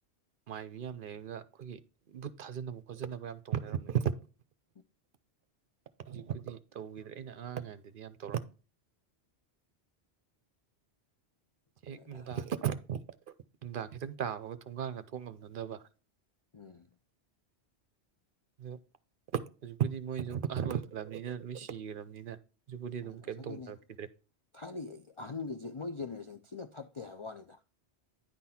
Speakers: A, on the right (about 55°); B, on the left (about 45°).
A: ꯃꯥꯏꯕꯤ ꯌꯥꯝ ꯂꯩꯔꯒ ꯑꯩꯈꯣꯏꯒꯤ ꯕꯨꯠ ꯊꯥꯖꯅꯕ ꯈꯣꯠꯆꯟꯅꯕ ꯌꯥꯝ ꯇꯧꯅꯔꯝꯃꯦ
B: ꯎ
A: ꯍꯧꯖꯤꯛꯄꯨꯗꯤ ꯇꯧꯈꯤꯗ꯭ꯔꯦ ꯑꯩꯅ ꯑꯉꯥꯡꯉꯩꯗꯗꯤ ꯌꯥꯝ ꯇꯧꯔꯝꯃꯤ ꯍꯦꯛ
B: ꯕꯦꯔꯥ
A: ꯅꯨꯡꯗꯥꯡ ꯈꯤ ꯅꯨꯡꯗꯥꯡ ꯈꯤꯇꯪ ꯇꯥꯕꯒ ꯊꯣꯡꯒꯥꯟ ꯉꯊꯣꯛ ꯉꯝꯅꯅꯕ
B: ꯎꯝ
A: ꯑꯗꯣ ꯍꯧꯖꯤꯛꯄꯨꯗꯤ ꯃꯣꯏꯁꯨꯝ ꯑꯍꯜ ꯑꯣꯏꯈꯂꯕꯅꯤꯅ ꯂꯣꯏ ꯁꯤꯈ꯭ꯔꯕꯅꯤꯅ ꯍꯧꯖꯤꯛꯄꯨꯗꯤ
B: ꯍꯣꯏꯁ
A: ꯑꯗꯨꯝ ꯀꯩꯝ
B: ꯑꯗꯨꯅꯦ
A: ꯇꯧꯅꯔꯛꯈꯤꯗ꯭ꯔꯦ
B: ꯊꯥꯏꯅ ꯑꯍꯟꯒꯤꯁ ꯃꯣꯏ ꯖꯦꯁ ꯊꯤꯅ ꯐꯠꯇꯦ ꯍꯥꯏꯕ ꯋꯥꯅꯤꯗ